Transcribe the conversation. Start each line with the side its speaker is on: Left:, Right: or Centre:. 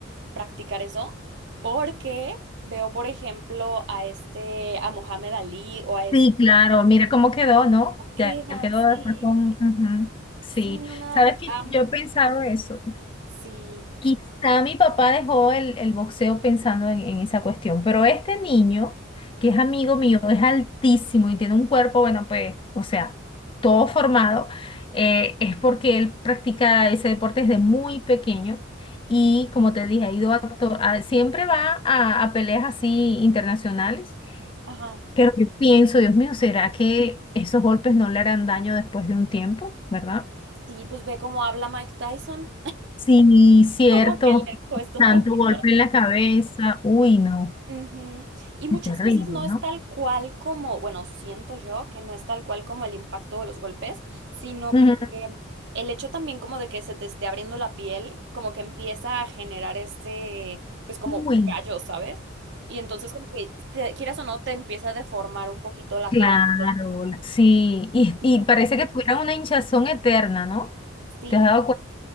Right: practicar eso, porque veo, por ejemplo, a este, a Mohamed Ali o a este,
Left: Sí, claro, mira cómo quedó, ¿no?
Right: quedan,
Left: Ya él quedó
Right: sí,
Left: después con... ujú, Sí,
Right: sí, no, no,
Left: sabes
Right: ya,
Left: que yo he pensado eso.
Right: sí,
Left: Quizá mi papá dejó el, el boxeo pensando en, en esa cuestión, pero este niño, que es amigo mío, es altísimo y tiene un cuerpo, bueno, pues, o sea, todo formado, eh, es porque él practica ese deporte desde muy pequeño y, como te dije, ha ido a, to- a- siempre va a, a peleas así internacionales,
Right: ajá,
Left: pero yo pienso, Dios mío, ¿será que esos golpes no le harán daño después de un tiempo, ¿verdad?
Right: sí, pues ve cómo habla Mike Tyson.
Left: Sí, cierto.
Right: Como que le cuesta
Left: Tanto
Right: un poquito
Left: golpe
Right: articular.
Left: en la cabeza. Uy, no.
Right: Ujú. Y muchas
Left: Qué terrible,
Right: veces no es
Left: ¿no?
Right: tal cual como, bueno, siento yo que no es tal cual como el impacto de los golpes, sino
Left: Ujú.
Right: que el hecho también como de que se te esté abriendo la piel, como que empieza a generar este, pues como
Left: Uy,
Right: callo, ¿sabes? Y entonces como que te- quieras o no te empieza a deformar un poquito la
Left: claro.
Right: cara. Entonces,
Left: la- Sí. Y,
Right: no,
Left: y parece que tuvieran una hinchazón eterna, ¿no?
Right: Sí,
Left: ¿Te has dado cuenta?